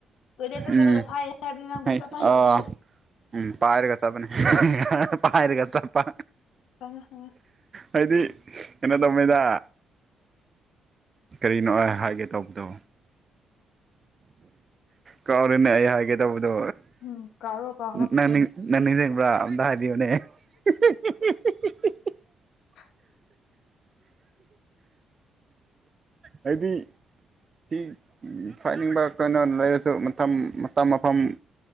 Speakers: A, on the left; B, on the right.
A: ꯇꯣꯏꯂꯦꯠꯇ
B: ꯎꯝ
A: ꯆꯠꯂꯒ ꯐ ꯍꯥꯏꯕ ꯅꯪ
B: ꯍꯩ
A: ꯆ ꯄꯍꯤ
B: ꯑꯥ
A: ꯇꯅ ꯁꯣ
B: ꯎꯝ ꯄꯥꯏꯔꯒ ꯆꯄꯅꯦ ꯄꯔꯒ ꯆꯄ
A: ꯈꯪꯉꯦ ꯈꯪꯉꯦ
B: ꯍꯥꯏꯗꯤ ꯀꯩꯅꯣ ꯇꯧꯃꯦꯗ ꯀꯔꯤꯅꯣ ꯑꯩ ꯍꯥꯏꯒꯦ ꯇꯧꯕꯗꯣ ꯀꯥꯎꯔꯦꯅꯦ ꯑꯩ ꯍꯥꯏꯒꯦ ꯇꯧꯕꯗꯣ
A: ꯎꯝ ꯀꯥꯎꯔꯣ ꯀꯥꯎꯔꯣ
B: ꯅꯪ ꯅꯪ ꯅꯤꯡꯁꯤꯡꯡꯕ꯭ꯔꯥ ꯑꯝꯇ ꯍꯥꯏꯕꯤꯌꯨꯅꯦ <unintelligible>
A: <unintelligible>
B: ꯍꯥꯏꯗꯤ ꯁꯤꯤ ꯐꯥꯏꯅꯤꯡꯕ ꯀꯣꯏꯩꯅꯣ ꯂꯩꯔꯁꯨ ꯃꯇꯝ ꯃꯐꯝ